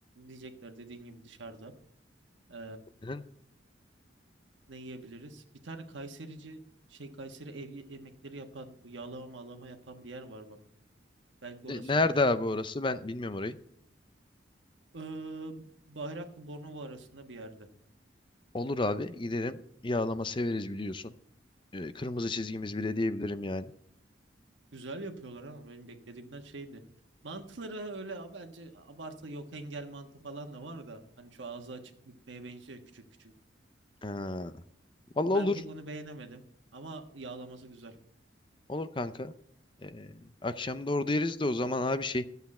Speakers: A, on the right; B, on the left.
A: Diyecekler dediğin gibi dışarıda. Ee,
B: Senin-
A: ne yiyebiliriz? Bir tane Kayserici şey Kayseri ev ye- yemekleri yapan bu yağlama mağlama yapan bir yer var bak. Belki orası
B: E, Nerede
A: olur.
B: abi orası? Ben bilmiyorum orayı.
A: Ee, Bayraklı Bornova arasında bir yerde.
B: Olur abi giderim. Yağlama severiz biliyorsun. E, Kırmızı çizgimiz bile diyebilirim yani.
A: Güzel yapıyorlar ama benim beklediğimden şeydi. Mantıları öyle a- bence abartı yok engel mantı falan da var da hani şu ağzı açık bükmeye benziyor küçük küçük.
B: Ha. Vallahi
A: Ben
B: olur.
A: pek onu beğenemedim ama yağlaması güzel.
B: Olur kanka. Ee, akşam da orada yeriz de o zaman abi şey